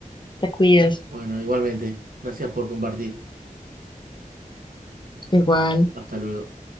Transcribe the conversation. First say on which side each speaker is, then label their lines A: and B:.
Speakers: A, on the left; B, on the right.
A: Te cuidas.
B: Bueno, igualmente. Gracias por compartir.
A: Igual.
B: Hasta luego.